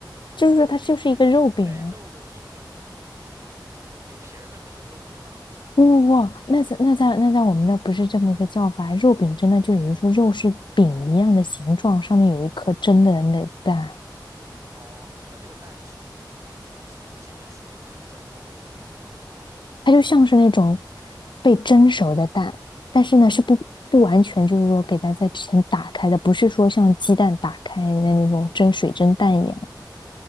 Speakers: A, on the left; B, on the right.
A: 就是说它就是一个肉饼啊。
B: 肉饼就是带肉的饼，有皮儿的才叫肉饼。
A: 哇哇哇，那在那在那在我们那不是这么个叫法，肉饼蒸蛋就比如说肉是饼一样的形状，上面有一颗蒸的那蛋。
B: 哦，那那个蛋是那种几分熟呢？是蒸的还是煎的？还是说
A: 它就像是那种
B: 就是
A: 被蒸熟的蛋，但是呢是不不完全就是说给它在之前打开的，不是说像鸡蛋打开的那种蒸水蒸蛋一样。